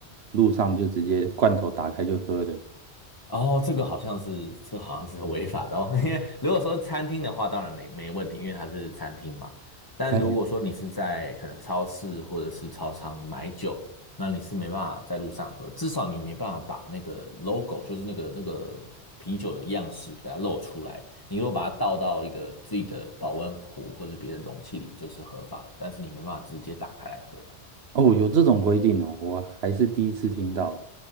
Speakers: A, on the right (about 65°); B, on the left (about 20°).
A: 路上就直接罐头打开就喝的。
B: 哦，这个好像是，这个好像是违法的哦。<laughs> 因为如果说餐厅的话，当然没没问题，因为它是餐厅嘛。但如果说你是在可能超市或者是超商买酒，
A: 哎，
B: 那你是没办法在路上喝，至少你没办法把那个 logo，就是那个那个啤酒的样式给它露出来。你如果把它倒到一个自己的保温壶或者别的容器里，就是合法了。但是你没办法直接打开来喝啦
A: 哦，有这种规定哦，我还是第一次听到。